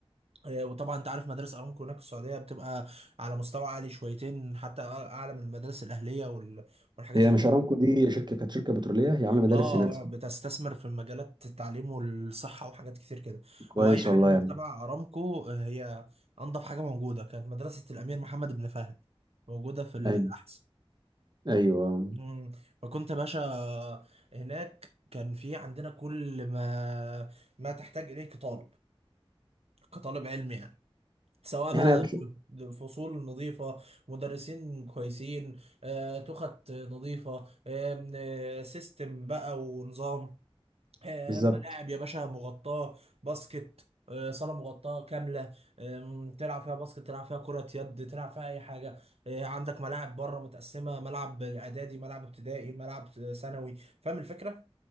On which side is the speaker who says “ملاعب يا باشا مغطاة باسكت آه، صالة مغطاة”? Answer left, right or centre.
Right